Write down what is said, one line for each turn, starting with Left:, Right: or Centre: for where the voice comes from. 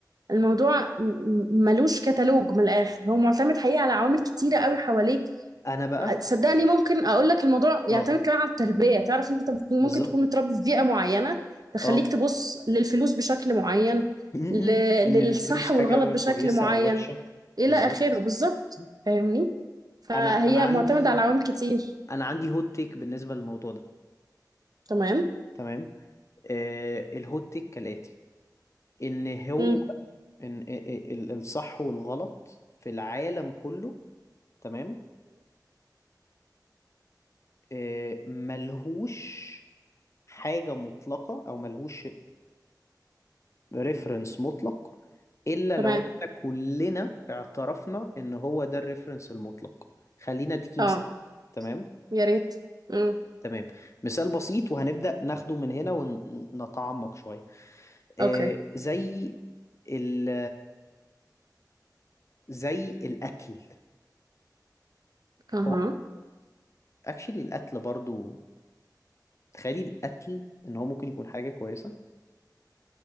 Right: الموضوع م- م- ملوش كتالوج من الاخر هو معتمد حقيقي على عوامل كتيره قوي حواليك
Left: أنا بقى
Right: صدقني ممكن اقول لك الموضوع يعتمد
Left: اه
Right: كمان على التربيه تعرف انت ممكن
Left: بالظبط
Right: تكون متربي في بيئه معينه تخليك
Left: اه
Right: تبص للفلوس بشكل معين
Left: مم.
Right: ل...
Left: إن
Right: للصح
Left: الفلوس
Right: والغلط
Left: حاجة
Right: بشكل
Left: كويسة
Right: معين
Left: أو وحشة
Right: الى
Left: بالظبط
Right: اخره بالظبط
Left: مم.
Right: فاهمني فهي
Left: أنا أنا عندي
Right: معتمده على عوامل كتير
Left: أنا عندي هوت تيك بالنسبة للموضوع ده
Right: تمام
Left: تمام آه الهوت تيك كالآتي إن هو
Right: امم
Left: ان ال- ال- الصح والغلط في العالم كله تمام آه، ملهوش حاجة مطلقة او ملهوش ريفرنس مطلق الا
Right: تمام
Left: لو احنا كلنا اعترفنا ان هو ده الريفرنس المطلق خلينا اديكي
Right: اه
Left: مثال تمام
Right: يا ريت امم
Left: تمام مثال بسيط وهنبدأ ناخده من هنا ونتعمق شوية آه،
Right: اوكي
Left: زي ال زي الأكل
Right: اها
Left: هو اكشلي القتل برضو تخيلي القتل ان هو ممكن يكون حاجه كويسه